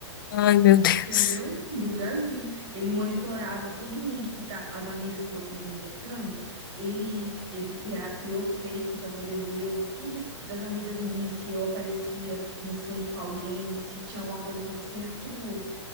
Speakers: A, on the left; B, on the right.
A: Ai, meu Deus.
B: entendeu? Do Brasil. Ele monitorava todo mundo que tá, as amigas que eu fiz no intercâmbio, ele ele criar, criou fake para poder ver o, tudo das amigas minhas, se eu aparecia no fundo com alguém, se tinha alguma coisa acontecendo, tipo,